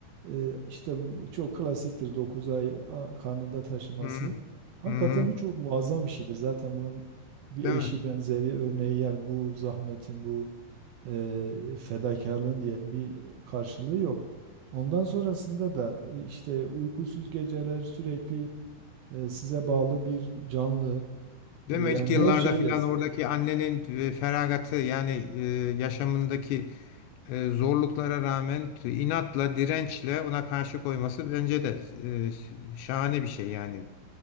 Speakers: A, on the right; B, on the left.
A: ee, işte çok klasiktir 9 ay a- karnında taşıması.
B: Hmm,
A: Hakikaten
B: hmm,
A: bu çok muazzam bir şeydir. Zaten bunun bir
B: Değil
A: eşi
B: mi?
A: benzeri örneği yani bu zahmetin, bu e, fedakarlığın diyelim bir karşılığı yok. Ondan sonrasında da e, işte uykusuz geceler sürekli e, size bağlı bir canlı
B: Değil
A: e,
B: mi?
A: yani
B: İlk yıllarda
A: her şeyle
B: filan oradaki annenin e, feragatı yani e, yaşamındaki e, zorluklara rağmen t- inatla, dirençle ona karşı koyması bence de e, ş- şahane bir şey yani.